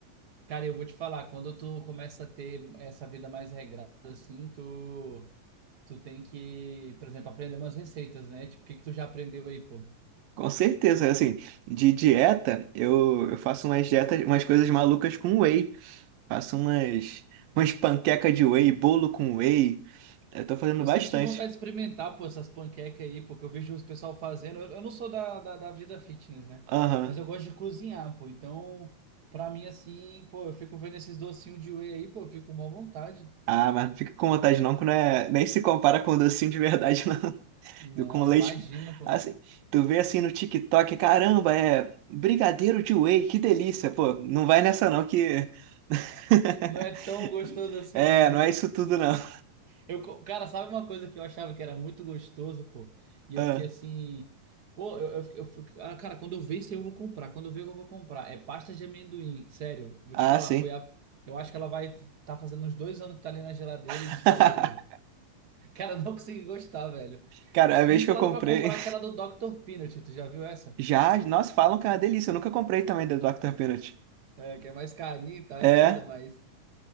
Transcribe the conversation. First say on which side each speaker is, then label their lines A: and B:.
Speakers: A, on the right; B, on the right.
A: Cara, eu vou te falar, quando tu começa a ter essa vida mais regrada, assim, tu, tu tem que, por exemplo, aprender umas receitas, né? Tipo, o que que tu já aprendeu aí, pô?
B: Com certeza, assim, de dieta, eu, eu faço umas dietas, umas coisas malucas com whey. Faço umas, umas panqueca de whey, bolo com whey. Eu tô fazendo
A: Eu
B: bastante.
A: sempre tive vontade de experimentar, pô, essas panquecas aí, pô, que eu vejo os pessoal fazendo. Eu, eu não sou da, da, da vida fitness, né?
B: Aham.
A: Mas eu gosto de cozinhar, pô. Então, pra mim, assim, pô, eu fico vendo esses docinhos de whey aí, pô, eu fico com má vontade.
B: Ah, mas não fica com vontade não, que não é, nem se compara com docinho de verdade, não. <laughs>
A: Não,
B: Do- Com leite.
A: imagina, pô.
B: Assim, tu vê assim no TikTok, caramba, é brigadeiro de whey, que delícia. Pô, não vai nessa não que. <laughs>
A: Não é tão gostoso assim,
B: É,
A: não, né?
B: não é isso tudo não.
A: Eu, co- cara, sabe uma coisa que eu achava que era muito gostoso, pô? E
B: Ah,
A: eu fiquei assim, pô, eu, eu, fiquei- eu fiquei- ah, cara, quando eu ver isso aí eu vou comprar, quando eu ver eu vou comprar. É pasta de amendoim, sério, vou
B: ah,
A: te falar,
B: sim.
A: foi a. Eu acho que ela vai tá fazendo uns dois anos que tá ali na geladeira
B: <laughs>
A: e, tipo, <laughs> cara, eu não consegui gostar, velho.
B: Cara, a vez
A: Me falaram
B: que eu comprei.
A: pra comprar aquela do Dr. Peanut, tu já viu essa?
B: Já, nossa, falam que é uma delícia. Eu nunca comprei também da Dr. Peanut.
A: É, que é mais carinha e tal,
B: É,
A: é foda, mas.